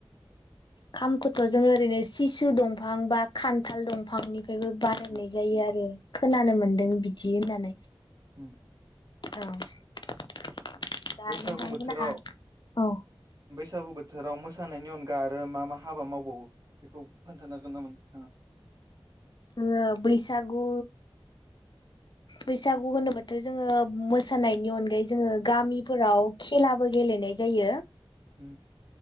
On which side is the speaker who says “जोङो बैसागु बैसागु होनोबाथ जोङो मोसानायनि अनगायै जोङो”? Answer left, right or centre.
Left